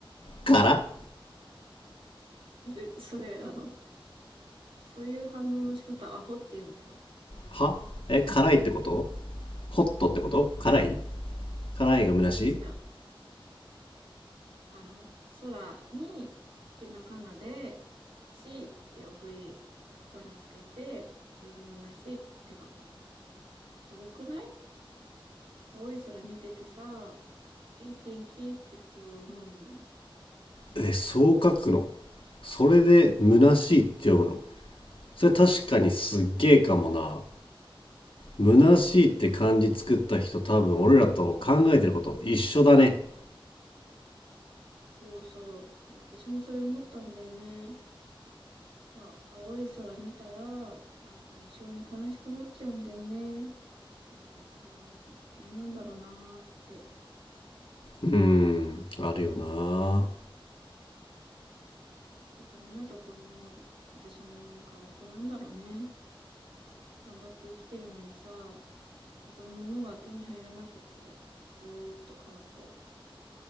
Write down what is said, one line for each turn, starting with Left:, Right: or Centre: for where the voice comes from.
Left: から
Right: それ、それ、あの、そういう反応の仕方、アホって言うんだよ。
Left: はえ辛いってことホットってこと辛い辛いが虚しい
Right: え、違う。あの、空に、ひらがなで、しって送り仮名つけて、それで虚しいって書くの。すごくない青い空見ててさ、いい天気って普通は思うのに。
Left: え、そう書くのそれで虚しいって読むのそれ確かにすっげえかもな。虚しいって漢字作った人多分俺らと考えてること一緒だね。
Right: そうそう。私もそれ思ったんだよね。さ、青い空見たら、なんか無性に悲しくなっちゃうんだよね。なんか自分、何なんだろうなーって。
Left: うーん、あるよな。
Right: きっと湊くんも、私も空っぽなんだろうね。頑張って生きてるのにさ、望むものが手に入らなくって、ずーっと空っぽ。